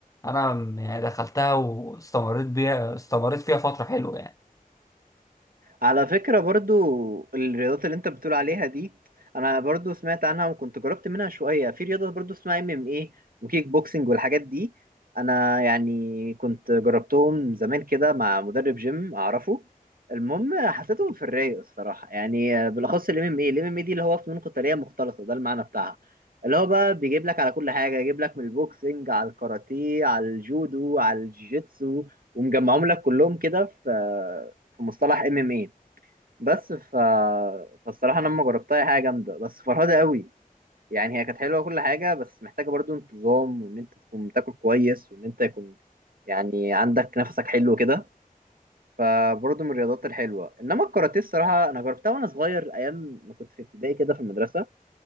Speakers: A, on the left; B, on the right.
A: انا م- يعني دخلتها واستمريت بيها استمريت فيها فتره حلوه يعني
B: على فكرة برضو الرياضات اللي انت بتقول عليها دي انا برضو سمعت عنها وكنت جربت منها شوية في رياضة برضو اسمها ام ام ايه وكيك بوكسنج والحاجات دي انا يعني كنت جربتهم زمان كده مع مدرب جيم اعرفه المهم حسيتهم في الرايق الصراحة يعني بالاخص الام ام ايه الام ام ايه دي اللي هو فنون قتالية مختلطة ده المعنى بتاعها اللي هو بقى بيجيب لك على كل حاجة يجيب لك من البوكسنج على الكاراتيه على الجودو على الجيتسو ومجمعهم لك كلهم كده في في مصطلح ام ام ايه بس ف... فالصراحة أنا لما جربتها هي حاجة جامدة بس فرهدة قوي يعني هي كانت حلوة وكل حاجة بس محتاجة برضو انتظام وإن أنت تكون تاكل كويس وإن أنت يكون يعني عندك نفسك حلو كده فبرضو من الرياضات الحلوة إنما الكاراتيه الصراحة أنا جربتها وأنا صغير أيام ما كنت في ابتدائي كده في المدرسة